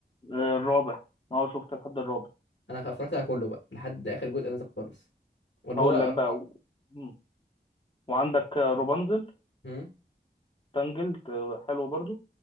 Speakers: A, on the left; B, on the left.
A: آه، الرابع اه شفت لحد الرابع
B: انا اتفرجت على كله بقى لحد اخر جزء نزل خالص ولا
A: هقول
B: هو اربعة
A: لك بقى و... مم. وعندك آه، روبانزل
B: هم
A: تانجلد آه، حلو برضو